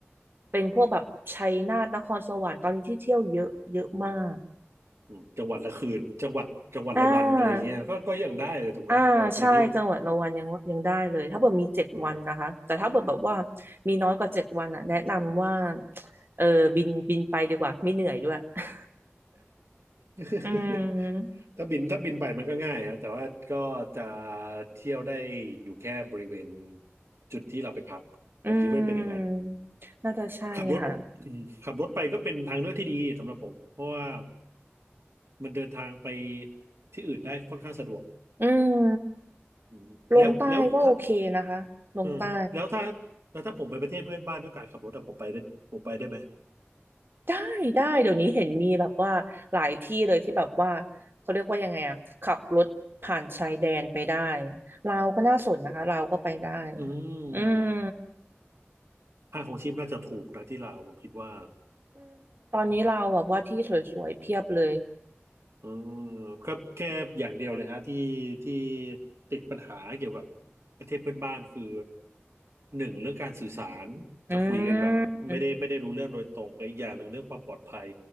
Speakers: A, on the right (about 55°); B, on the right (about 80°).
A: เป็นพวกแบบชัยนาทนครสวรรค์ตอนนี้ที่เที่ยวเยอะเยอะมาก
B: อืมจังหวัดละคืนจังหวัดจังหวัดละวันอะไรเงี้ยก็ก็ยังได้เลยถูกไหมสำหรับซีดิฟ
A: อ่า อ่าใช่จังหวัดละวันยังยังได้เลยถ้าเกิดมีเจ็ดวันนะคะแต่ถ้าเกิดแบบว่า
B: เออ
A: มีน้อยกว่าเจ็ดวันอ่ะแนะนำว่าเออบินบินไปดีกว่าไม่เหนื่อยด้วย <laughs>
B: <laughs>
A: อืม
B: ถ้าบินถ้าบินไปมันก็ง่ายครับแต่ว่าก็จะเที่ยวได้อยู่แค่บริเวณจุดที่เราไปพักผมคิดว่าเป็นอย่างนั้น
A: อืมน่าจะใช่ค่ะ
B: ขับรถอืมขับรถไปก็เป็นทางเลือกที่ดีสำหรับผมเพราะว่ามันเดินทางไปที่อื่นได้ค่อนข้างสะดวก
A: อืม
B: อืมแล้วแล้วถ้า
A: ลงใต้ก็โอเคนะคะลงใต้
B: เออแล้วถ้าแล้วถ้าผมไปประเทศเพื่อนบ้านด้วยการขับรถอะผมไปได้ผมไปได้ไหม
A: ได้ได้เดี๋ยวนี้เห็นมีแบบว่าหลายที่เลยที่แบบว่าเขาเรียกว่ายังไงอ่ะขับรถผ่านชายแดนไปได้ลาวก็น่าสนนะคะลาวก็ไปได้
B: อืม
A: อืม
B: ค่าของชีพน่าจะถูกนะที่ลาวผมคิดว่า
A: อืมตอนนี้เราแบบว่าที่สวยๆเพียบเลย
B: เออครับแค่อย่างเดียวเลยฮะที่ที่ติดปัญหาเกี่ยวกับประเทศเพื่อนบ้านคือหนึ่งเรื่องการสื่อสารจะคุยกันแบบไม่ได้ไม่ได้รู้เรื่องโดยตรงกับอีกอย่างหนึ่งเรื่องความปลอดภัย
A: อืม